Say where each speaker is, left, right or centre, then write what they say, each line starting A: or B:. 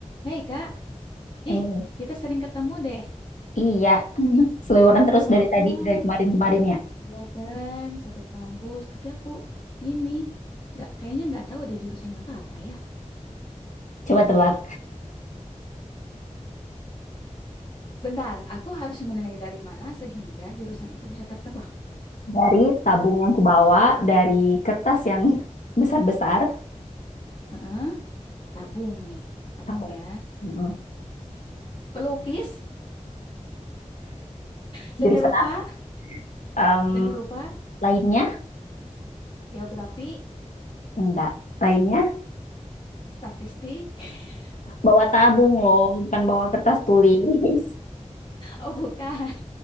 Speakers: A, on the left; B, on the left.
A: Hei Kak,
B: Hei,
A: ih kita sering ketemu deh.
B: iya. <laughs> Seliweran terus
A: Oh,
B: dari tadi,
A: oh.
B: dari kemarin-kemarin ya.
A: Iya kan, satu kampus. Tapi aku ini nggak kayaknya nggak tahu deh jurusan kakak apa ya.
B: Coba tebak.
A: Bentar, aku harus menilai dari mana sehingga jurusan itu bisa tertebak.
B: Dari tabung yang kubawa, dari kertas yang <laughs> besar-besar.
A: Heeh, tabung nih, tabung
B: Tabung.
A: ya.
B: Mm-mm.
A: Pelukis, seni
B: Jurusan
A: rupa,
B: apa? Em,
A: seni rupa,
B: lainnya?
A: geografi,
B: Enggak. Lainnya?
A: statistik. <laughs>
B: Bawa tabung loh, bukan bawa kertas tulis. <laughs>
A: Oh bukan,